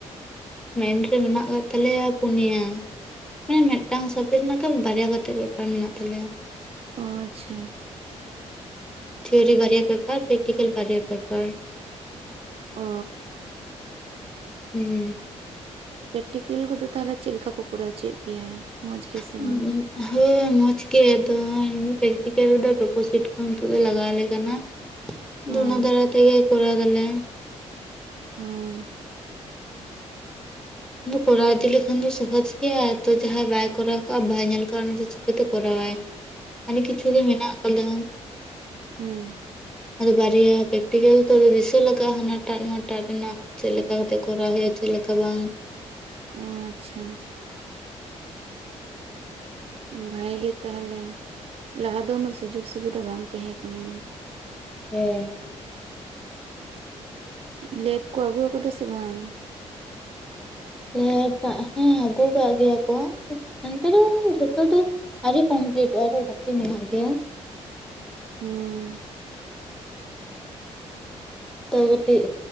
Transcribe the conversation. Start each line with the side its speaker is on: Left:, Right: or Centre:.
Centre: ᱢᱮᱱ ᱨᱮ ᱢᱮᱱᱟᱜ ᱟᱠᱟᱫ ᱛᱟᱞᱮᱭᱟ ᱯᱩᱱᱭᱟ᱾ ᱦᱮᱸ ᱢᱤᱫ ᱴᱟᱝ ᱥᱟᱵᱽᱡᱮᱠᱴ ᱨᱮᱱᱟᱜᱮ ᱵᱟᱨᱭᱟ ᱠᱟᱛᱮᱜ ᱵᱮᱯᱟᱨ ᱢᱮᱱᱟᱜ ᱛᱟᱞᱮᱭᱟ
Right: ᱚᱸ ᱟᱪᱪᱷᱟ
Centre: ᱛᱷᱤᱭᱳᱨᱤ ᱵᱟᱨᱭᱟ ᱯᱮᱯᱟᱨ ᱯᱮᱠᱴᱤᱠᱮᱞ ᱵᱟᱨᱭᱟ ᱯᱮᱯᱟᱨ
Right: ᱚᱻ
Centre: ᱦᱩᱸ
Right: ᱯᱮᱠᱴᱤᱠᱮᱞ ᱠᱚᱫᱚ ᱛᱟᱦᱚᱞᱮ ᱪᱮᱫ ᱞᱮᱠᱟ ᱠᱚ ᱠᱚᱨᱟᱣ ᱦᱚᱪᱚᱭᱮᱫ ᱯᱮᱭᱟ? ᱢᱚᱸᱡᱽ ᱜᱮ ᱥᱮ
Centre: <unintelligible>
Right: ᱵᱟᱝ?
Centre: ᱦᱳᱭ ᱢᱚᱸᱡᱽ ᱜᱮ ᱟᱫᱚ ᱯᱮᱠᱴᱤᱠᱮᱞ ᱨᱮᱫᱚ ᱴᱳᱯᱳ ᱥᱤᱴ ᱠᱚ ᱱᱤᱛᱚᱜ ᱫᱚ ᱞᱟᱜᱟᱣ ᱟᱞᱮ ᱠᱟᱱᱟ᱾ ᱟᱫᱚ
Right: ᱦᱚᱸ
Centre: ᱚᱱᱟ ᱫᱟᱨᱟᱭ ᱛᱮᱜᱮ ᱠᱚᱨᱟᱣ ᱫᱟᱞᱮ
Right: ᱚᱸ
Centre: ᱟᱫᱚ ᱠᱚᱨᱟᱣ ᱤᱫᱤ ᱞᱮᱠᱷᱟᱱ ᱫᱚ ᱥᱚᱦᱚᱡᱽ ᱠᱚᱨᱟᱣ ᱤᱫᱤ ᱞᱮᱠᱷᱟᱱ ᱫᱚ ᱥᱚᱦᱚᱪ ᱜᱮᱭᱟ ᱛᱚ ᱡᱟᱦᱟᱸᱭ ᱵᱟᱭ ᱠᱚᱨᱟᱣ ᱠᱟᱜᱼᱟ ᱵᱟᱭ ᱧᱮᱞ ᱠᱟᱜᱼᱟ ᱩᱱᱤ ᱫᱚ ᱪᱤᱠᱟᱹᱛᱮ ᱠᱚᱨᱟᱣᱟᱭ
Right: <inaudible>
Centre: ᱟᱹᱰᱤ ᱠᱤᱪᱷᱩ ᱜᱮ ᱢᱮᱱᱟᱜ ᱠᱟᱫᱟ
Right: ᱦᱩᱸ
Centre: ᱟᱫᱚ ᱵᱟᱨᱭᱟ ᱯᱮᱠᱴᱤᱠᱮᱞ ᱛᱚ ᱫᱤᱥᱟᱹ ᱞᱟᱜᱟᱜᱼᱟ ᱦᱟᱱᱟᱴᱟᱜ ᱱᱚᱣᱟᱴᱟᱜ ᱨᱮᱱᱟᱜ ᱪᱮᱫ ᱞᱮᱠᱟ ᱠᱟᱛᱮᱜ ᱠᱚᱨᱟᱣ ᱦᱩᱭᱩᱜᱼᱟ ᱪᱮᱫ ᱞᱮᱠᱟ ᱵᱟᱝ᱾
Right: ᱚ ᱟᱪᱪᱷᱟ ᱵᱷᱟᱜᱮ ᱜᱮ ᱛᱟᱦᱚᱞᱮ ᱞᱟᱦᱟ ᱫᱚ ᱩᱱᱟᱹᱜ ᱥᱩᱡᱳᱜ ᱥᱩᱵᱤᱫᱷᱟ ᱵᱟᱝ ᱛᱟᱦᱮᱸ ᱠᱟᱱᱟ᱾
Centre: ᱦᱮᱸ
Right: ᱞᱮᱯ ᱠᱚ ᱟᱹᱜᱩᱣ ᱟᱠᱟᱫᱟ ᱥᱮ ᱵᱟᱝ?
Centre: ᱞᱮ ᱯᱟ ᱦᱮᱸ ᱟᱹᱜᱩ ᱠᱟᱜ ᱜᱮᱭᱟ ᱠᱚ ᱮᱱᱛᱮ ᱨᱮ ᱡᱚᱛᱚ ᱫᱚ ᱟᱣᱨᱤ ᱠᱚᱢᱯᱞᱤᱴᱚᱜᱼᱟ ᱟᱨ ᱵᱟᱠᱤ ᱢᱮᱱᱟᱜ ᱜᱮᱭᱟ
Right: ᱦᱩᱸ
Centre: ᱛᱚ ᱠᱟᱹᱴᱤᱡᱽ